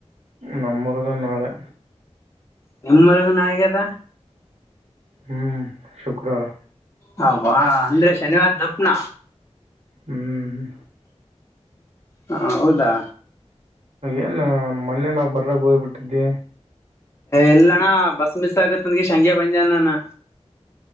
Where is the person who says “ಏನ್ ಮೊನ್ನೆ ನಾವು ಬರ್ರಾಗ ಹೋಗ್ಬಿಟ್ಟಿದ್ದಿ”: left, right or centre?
Right